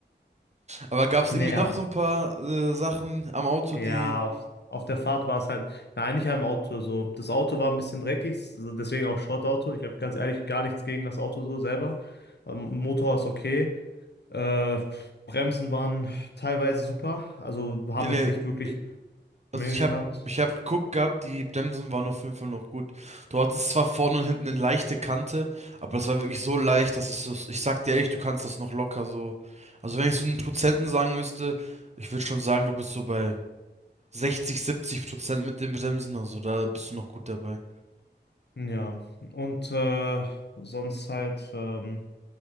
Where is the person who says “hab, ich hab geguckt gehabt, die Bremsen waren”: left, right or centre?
Right